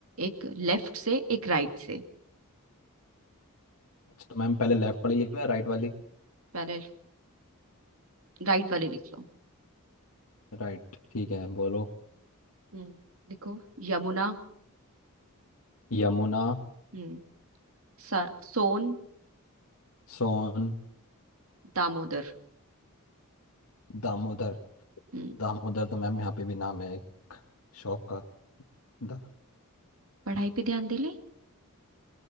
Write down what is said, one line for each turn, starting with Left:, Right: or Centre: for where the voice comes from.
Right: एक लेफ्ट से एक राइट से
Left: अच्छा तो मैम पहले लेफ्ट वाली लिखो या राइट वाली
Right: पहले राइट वाले लिख लो
Left: राइट ठीक है बोलो
Right: हम्म देखो यमुना
Left: यमुना
Right: हम्म स- सोन
Left: सोन
Right: दामोदर
Left: दामोदर
Right: हम्म
Left: दामोदर तो मैम यहाँ पे भी नाम है एक शॉप का दा,
Right: पढ़ाई पे ध्यान दे ले